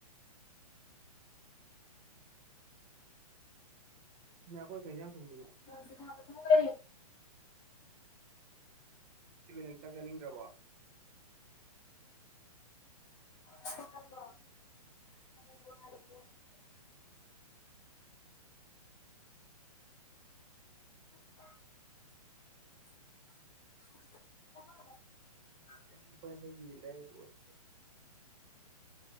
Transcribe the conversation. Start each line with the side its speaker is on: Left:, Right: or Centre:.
Right: ꯁꯣꯅꯤꯌꯥ ꯈꯣꯏ ꯀꯩ ꯍꯤꯟꯖꯥꯡ ꯊꯣꯡꯗꯨꯏꯅꯣ
Left: <unintelligible>
Right: ꯑꯁꯦꯡꯕꯩ ꯅꯪ ꯆꯥꯛ ꯆꯥꯅꯤꯡꯗ꯭ꯔꯥꯕ‌ꯣ
Left: <unintelligible> <inaudible>
Right: ꯉꯁꯤ ꯂꯨꯄꯥ ꯌꯥꯡꯈꯩꯒꯤ ꯌꯦꯟ ꯂꯩꯔꯥ ꯇꯣꯛꯑꯁ‌ꯦ